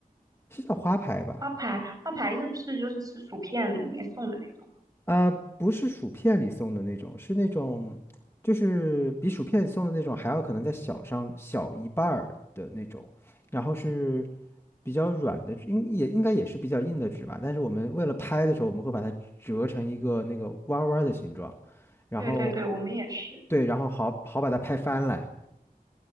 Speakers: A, on the left (about 15°); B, on the right (about 25°).
A: 是叫花牌吧？
B: 花牌，花牌是不是就是吃薯片的里面送的那种？
A: 呃，不是薯片里送的那种，是那种，就是比薯片里送的那种还要可能再小上小一半儿的那种，然后是比较软的，应也应该也是比较硬的纸吧，但是我们为了拍的时候，我们会把它折成一个那个弯儿弯儿的形状，然后
B: 对对对，我们也是。
A: 对，然后好好把它拍翻来。